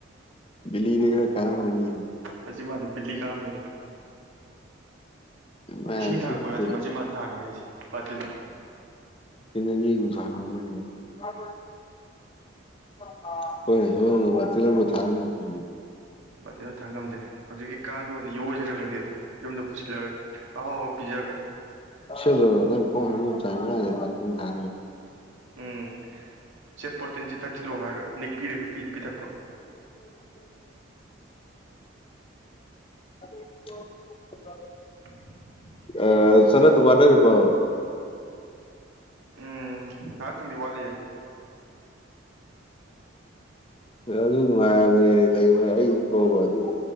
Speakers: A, on the left (about 25°); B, on the right (about 75°).
A: ꯕꯤꯂꯤꯗ ꯈꯔ ꯀꯔ ꯃꯅꯤꯅꯤ
B: ꯍꯧ ꯃꯥꯦ ꯕꯤꯂꯤ ꯀꯥ ꯑꯃꯅꯤꯅꯤ
A: ꯃꯥ
B: ꯏꯁꯤꯡ ꯊꯥꯡꯕꯒꯁꯤꯦ
A: ꯁꯤꯛꯁꯇꯤ
B: ꯃꯆꯤꯟ ꯃꯅꯥ ꯊꯥꯡꯉꯦ ꯑꯩꯁꯦ ꯕꯥꯇꯤꯟꯗꯣ
A: ꯅꯅꯤ ꯐ ꯑꯣꯏ ꯍꯣꯏ ꯍꯣꯏꯆꯤ ꯂ ꯊꯥ ꯀ ꯊ
B: ꯕꯤꯅ ꯊꯥꯡꯉꯝꯗꯦ ꯍꯧꯖꯤꯛꯀꯤ ꯀꯥꯡꯗ ꯑꯣꯏꯅ ꯌꯣꯏꯁꯤꯔ ꯈꯪꯗꯦꯗ ꯌꯨꯝꯗ ꯄꯨꯁꯤꯜꯂꯒ ꯑꯍꯥꯎ ꯑꯍꯥꯎ ꯄꯤꯖꯔꯒ
A: ꯦꯗ ꯅꯪ ꯀ ꯍ ꯆ ꯊ
B: ꯎꯝ ꯁꯦ ꯄꯣꯔꯇꯤꯟꯁꯤ ꯊꯛꯆꯤꯜꯂꯨ ꯍꯥꯏꯔꯒ ꯅꯤꯦꯛꯄꯤꯔꯒ ꯄ ꯄꯤꯊꯛꯄ
A: <unintelligible>
B: <unintelligible>
A: ꯑ ꯆꯅꯗꯨ ꯋꯥꯗꯔꯔꯤꯕ
B: ꯎꯝ ꯍꯥꯏꯥꯛ ꯇꯤꯟꯗꯤ ꯋꯥꯂꯤꯒ
A: ꯑꯗꯨ ꯅꯨꯡꯉꯥꯏꯔꯅꯤ ꯂꯩꯔꯦ ꯑꯩ ꯐꯣꯕ ꯑꯗꯨ